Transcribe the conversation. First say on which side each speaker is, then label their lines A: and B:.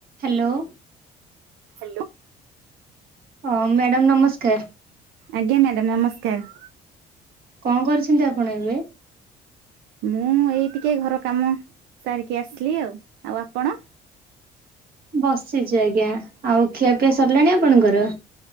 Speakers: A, on the right; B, on the right.
A: ହ୍ୟାଲୋ।
B: ହ୍ୟାଲୋ।
A: ହଁ ମ୍ୟାଡ଼ମ୍ ନମସ୍କାର।
B: ଆଜ୍ଞା ମ୍ୟାଡ଼ମ୍ ନମସ୍କାର।
A: କଣ କରୁଛନ୍ତି ଆପଣ ଏବେ?
B: ମୁଁ ଏଇ ଟିକେ ଘର କାମ ସାରିକି ଆସିଲି ଆଉ। ଆଉ ଆପଣ?
A: ବସିଛି ଆଜ୍ଞା ଆଉ ଖିଆ ପିଆ ସରିଲାଣି ଆପଣଙ୍କର?